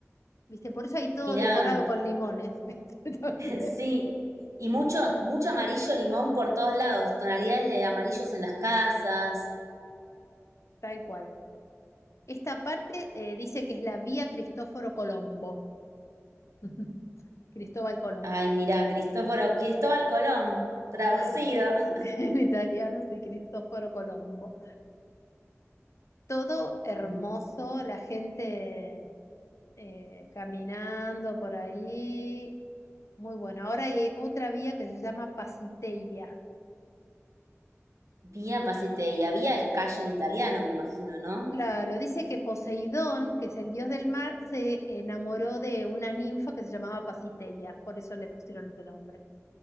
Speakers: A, on the left; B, on the right.
A: ¿viste? Por eso hay todo
B: Mirá,
A: decorado con limones, <laughs> ¿viste? También,
B: Sí, y mucho, mucho amarillo limón por todos lados, tonalidades de amarillos en las casas.
A: tal cual. Esta parte eh, dice que es la vía Cristóforo Colombo, <laughs> Cristóbal Colón,
B: Ay, mira, Cristóforo, Cristóbal Colón, traducido.
A: claro, <laughs>
B: <laughs>
A: en italiano sí, Cristóforo Colombo. todo hermoso,
B: Mm.
A: la gente eh, caminando por ahí. Muy bueno. Ahora hay otra vía que se llama Pasiteia.
B: Vía Pasiteia, vía es calle en italiano, me imagino, ¿no?
A: Claro, dice que Poseidón, que es el dios del mar, se enamoró de una ninfa que se llamaba Pasiteia, por eso le pusieron ese nombre.